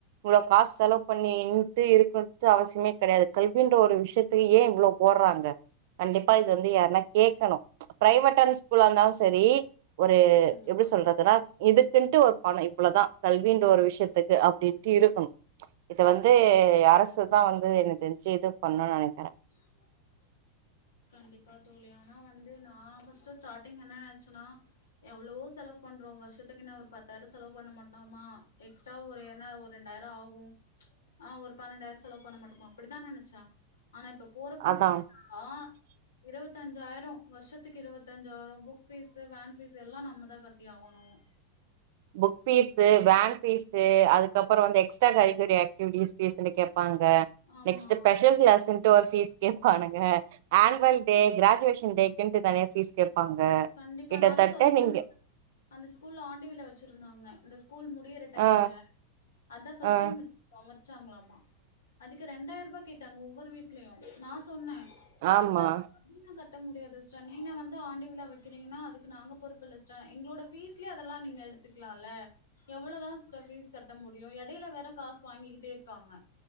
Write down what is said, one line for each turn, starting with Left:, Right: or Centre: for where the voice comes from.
Right: இவ்ளோ காஸ் செலவு பண்ணி நின்ட்டு இருக்னுட்டு அவசியமே கெடையாது கல்வின்ற ஒரு விஷயத் து ஏ இவ்ளோ போட்றாங்க கண்டிப்பா இது வந்து யாருனா கேக்கணூ பிரைவேட்டான ஸ்கூல்லா இருந்தாலு சரீ ஒரூ
Left: கண்டிப்பா
Right: எப்டி சொல்றதுனா இதுக்குன்ட்டு வ பணொ இவ்ளொதா கல்வின்ற ஒரு விஷயத்துக்கு அப்டின்ட்டு இருக்கணு இத வந்து அரசு தா வந்து எனக்கு தெரிஞ்சி இது பண்ணுன் நெனைக்கிறே
Left: <unintelligible> கண்டிப்பா தோழி ஆனா வந்து நா ஃபர்ஸ்ட் ஸ்டாடிங் என்ன நெனச்சன்னா எவ்ளோ செலவு பண்றோ வருஷத்துக்குன்ன ஒரு பத்தாயிர செலவு பண்ண மாட்டோமா எக்ஸ்ட்ரா ஒரு என்ன ஒரு ரெண்டாயிர ஆகு ஆ ஒரு பன்னெண்டாயிர செலவு பண்ண மாட்டோமா அப்படிதா நெனைச்ச ஆனா இப்ப போறப்போக்க
Right: அதா
Left: பா <unintelligible> ஆ இருவத்தஞ்சாயிரோ வருஷத்துக்கு இருவத்தஞ்சாயிரோ புக் ஃபீஸு வேன் ஃபீஸு எல்லா நம்ம தா கட்டியாவணு <unintelligible>
Right: புக் ஃபீஸ் ஸு வேன் பீஸு அதுக்கப்புறோ வந்து எக்ஸ்ட்ரா கரிகுலி ஆக்டிவிட்டிஸ் ஃபீஸ்னு கேப்பாங்க
Left: ஆமா
Right: நெக்ஸ்டு பெஷல் கிளாஸ்ன் டு ஃபீஸ் கேப்பானுங்க அன்வல் டே கிராஜுவேஷன்டேகின்டு தனிய ஃபீஸ் கேப்பாங்க
Left: கண்டிப்பா
Right: கிட்டத்தட்ட
Left: நாலா சொல்ல போனா
Right: நீங்க
Left: அந்த ஸ்கூல்ல ஆண்டு விழா வச்சிருந்தாங்க இந்த ஸ்கூல் முடியற டைம்ல
Right: ஆ
Left: அதா ஃபஸ்ட்
Right: ஆ
Left: டைமு சமச்சாங்ளாமா அதுக்கு ரெண்டாயி ரூபா கேட்டாங்க ஒவ்வொரு வீட்லயு நா சொன்ன
Right: ஆமா
Left: ஸ்டர் <unintelligible> கட்ட முடியாது சிஸ்ட நீங்க வந்து ஆண்டு விழா வ கிறிங்கனா அதுக்கு நாங்க பொறுப்புல்ல சிஸ்ட எங்ளோட ஃபீஸ்லயே அதெல்லா நீங்க எடுத்துக்லால்ல எவ்ளோவுதா ஸ்ட ஃபீஸ் கட்ட முடியு இடயில வேற காஸ் வாங்கிக்கிட்டே இருக்காங்க